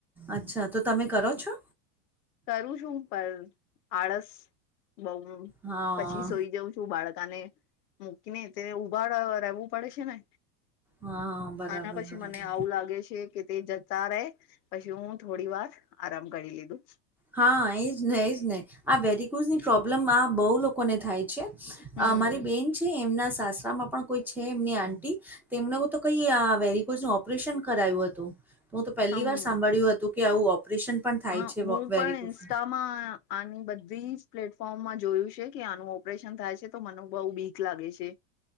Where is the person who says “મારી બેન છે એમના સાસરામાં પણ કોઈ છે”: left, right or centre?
Centre